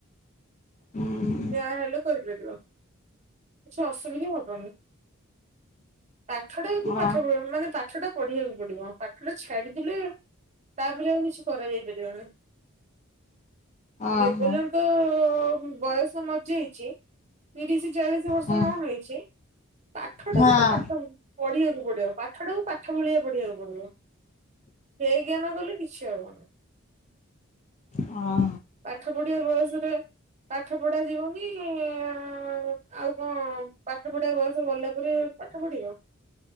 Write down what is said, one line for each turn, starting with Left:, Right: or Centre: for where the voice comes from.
Left: ହୁଁ
Right: ଯାହେଲେ କରି ପାରିବ। କିଛି ଅସୁବିଧା ହବନି, ପାଠଟା ଯେମିତି
Left: ଓ
Right: ପାଠ୍ ମାନେ ପାଠଟା ପଢିବାକୁ ପଡିବ ପାଠଟା ଛାଡିଦେଲେ ତାପରେ ଆଉ କିଛି କରାଯାଇ ପାରିବ ନାହିଁ,
Left: ଓହୋ
Right: ଯେପର୍ଯ୍ୟନ୍ତ୍ ତ-ଅ-ଅ-ଅ ବୟସ ନ ଯାଇଛି ତିରିଶ ଚାଳିଶ୍ <inaudible> ବର୍ଷ
Left: ହଁ
Right: ନ ହେଇଛି ପାଠଟାକୁ
Left: ହଁ
Right: ତ ପାଠ ପଢିବାକୁ ପଡି ଡିବ, ପାଠଟାକୁ ପାଠ ଭଳିଆ ପଢିବାକୁ ପଡିବ, ହେୟଜ୍ଞାନ କଲେ କିଛି ହବନି।
Left: ହଁ।
Right: ପାଠ ପଢିବା ବୟସରେ ପାଠ ପଢା ଯିବକି ଆଉ କଣ ପାଠ ପଢା ବୟସ ଭଲ ପରେ ପାଠ ପଢିବ।